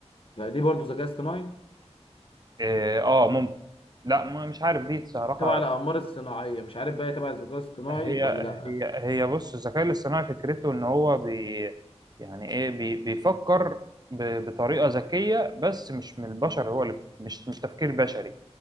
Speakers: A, on the left; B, on the right.
A: فدي برضه ذكاء اصطناعي
B: اه آه، ممكن لا ما- مش عارف دي صراحه
A: تبع الاقمار الصناعيه مش عارف بقى هي تبع الذكاء الاصطناعي
B: هي
A: ولا لا
B: هي هي بص الذكاء الاصطناعي فكرته ان هو بي يعني ايه بي بيفكر ب- بطريقه ذكيه بس مش من البشر هو اللي مش مش تفكير بشري